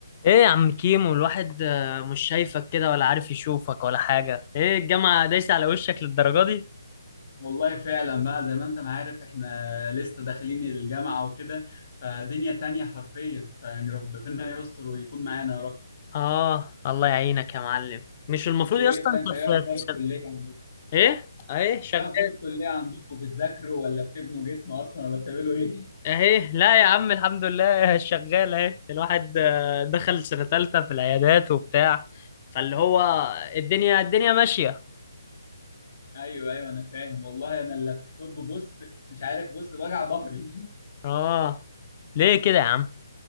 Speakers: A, on the left; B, on the left.
A: ايه يا عم كيمو الواحد آه، مش شايفك كده ولا عارف يشوفك ولا حاجة ايه الجامعة دايسة على وشك للدرجة دي
B: والله فعلا بقى زي ما انت ما عارف احنا لسه داخلين الجامعة وكده فدنيا تانية حرفيا فيعني ربنا يستر ويكون معانا يا رب
A: اه الله يعينك يا معلم مش المفروض
B: انتوا
A: يا
B: ايه
A: اسطى
B: بقى
A: انت
B: انت ايه
A: في
B: اخبار
A: في
B: الكلية
A: سن...
B: عندكم
A: ايه اهي شغال
B: ايه اخبار الكلية عندكم بتذاكروا ولا بتبنوا جسم اصلا ولا بتعملوا ايه
A: اهي لا يا عم الحمد لله <laughs> شغال اهي الواحد آه، دخل سنة تالتة في العيادات وبتاع فاللي هو الدنيا الدنيا ماشية
B: <laughs> ايوه ايوه انا فاهم والله انا اللابتوب بص مش عارف بص وجع ظهري
A: اه ليه كده يا عم